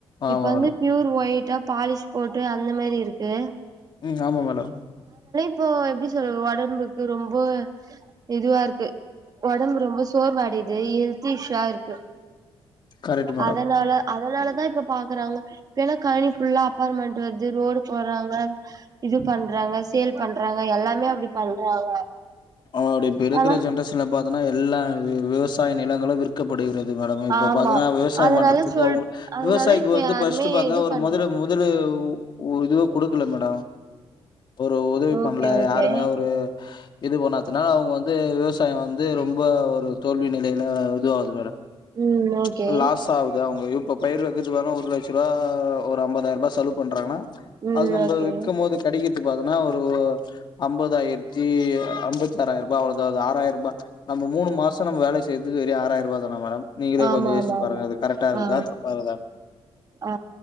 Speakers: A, on the left; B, on the right.
A: ஆமா
B: இப்ப வந்து
A: மேடம்
B: ப்யூர் ஒயிட் ட்ட பாலிஷ் போட்டு அந்த மேரி இருக்கு
A: ம் ஆமா மேடம்
B: இப்போய் எப்டி சொல்ற ஒடம்புக்கு ரொம்ப இதுவாருக்கு ஒடம்பு ரொம்ப சோர்வடைத் து எல்திஷா இருக்கு
A: கரெக்ட் மேடம்
B: அதனால அதனாலதா இப்ப பாக்குறாங்க இப்பயெல்லா காலணி ஃபுல்லா அபார்ட்மண்ட் வர்து ரோடு போறாங்க இது பண்றாங்க சேல் பண்றாங்க எல்லாமே அப்டி பண்றாங்க
A: அவ அப்டி இப் இருக்கிற
B: ஆனா
A: ஜென்ரேஷன்ல பாத் தனா எல்லா வி வி விவசாய நிலங்களா விற்கப்படுகிறது மேடம் இப்பா
B: ஆமா
A: பாத்தனா விவசாயம்
B: அதனால
A: பண்றத்துக்கு
B: சொல்
A: அவ்ங்களுக்
B: அதனால
A: விவசாயிக்கு
B: இப்ப
A: வந்து
B: யாருமே
A: ஃபஸ்ட் பாத்தா
B: இது
A: ஒரு
B: பண்ற
A: மொதல முதலு உ ஒரு இது குடுக்கல மேடொ ஒரு உதவி
B: ஓகே
A: பண்ணல
B: ஓகே
A: யாருமே ஒரு இது பண்ணாத்துனால அவங்க வந்து விவசாயம் வந்து து ரொம்போ ஒரு தோல்வி நெலைல இது ஆவுது மேடம் ப்ச்
B: ம் ஓகே
A: லாஸ் ஆகுது அவங்யு இப்போ பயிர் வந்துட்டு இருந்தாலு ஒருலட்சரூபா ஒரு அம்பதாயிர ரூபா செலவு பண்றான்னா
B: ம்
A: அது நம்ம
B: ஓகே
A: விக்கும் போது கடைக் பாத்தன்னா ஒரு அம்பதாயிரத்தி அம்பத்தாராய்ருபா அவ்ளோதா ஆராய்ருபா நம்ம மூணு மாசம் நம்ம வேல செய்றதுக்கு வெறும் ஆராய்ருபா தானா மேடம் நீங்களே
B: ஆமா
A: கொஞ்சம் யோசிச்சு
B: ஆமா
A: பாருங்க
B: ஆமா
A: அது கரெக்டா இருக்குதா
B: ஆ
A: தப்பா இருக்குதா
B: ஆ